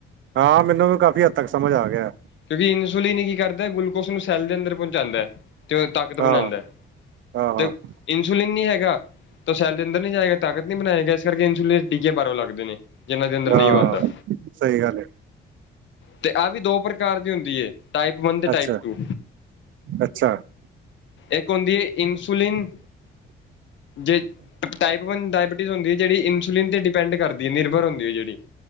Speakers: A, on the right; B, on the left.
A: ਹਾਂ ਮੈਨੂੰ ਵੀ ਕਾਫ਼ੀ ਹੱਦ ਤੱਕ ਸਮਝ ਆ ਗਿਆ।
B: ਕਿਉਂਕਿ ਇਨਸੁਲਿਨ ਹੀ ਕੀ ਕਰਦਾ ਗਲੂਕੋਸ ਨੂੰ ਸੈਲ ਦੇ ਅੰਦਰ ਪਹੁੰਚਾਂਦਾ। ਤੇ ਉਹ ਤਾਕਤ ਬਣਾਂਦਾ
A: ਹਾਂ ਹਾਂ ਹਾਂ
B: ਤੇ ਇੰਸੁਲਿਨ ਨਹੀਂ ਹੈਗਾ ਤਾਂ ਸੈਲ ਦੇ ਅੰਦਰ ਨ ਨਹੀਂ ਜਾਏਗਾ ਤਾਕਤ ਨੀ ਬਣਾਏਗਾ ਇਸ ਕਰਕੇ ਇਨਸੁਲੀਨ ਟੀਕੇ ਬਾਹੋਂ ਲੱਗਦੇ ਨੇ ਜਿਹਨਾਂ ਦੇ ਅੰਦਰ ਨਹੀ
A: ਹਾਂ
B: ਬਣਦਾ।
A: ਸਹੀ ਗੱਲ ਏ।
B: ਤੇ ਆਹ ਵੀ ਦੋ ਪ੍ਰਕਾਰ ਦੀ ਹੁੰਦੀ ਹੈ ਟਾਈਪ ਵਨ ਤੇ
A: ਅੱਛਾ
B: ਟਾਈਪ ਟੂ।
A: ਅੱਛਾ
B: ਇਕ ਹੋਂਦੀ ਏ ਇਨਸੂਲੀਨ ਜੇ ਟਾਈਪ ਵਨ ਡਾਇਬਟੀ ਹੁੰਦੀ ਹੈ ਜਿਹੜੀ ਇਨਸੂਲਿਨ ਤੇ ਡਿਪੈਂਡ ਕਰਦੀ ਹੈ ਨਿਰਭਰ ਹੁੰਦੀ ਹੈ ਜਿਹੜੀ।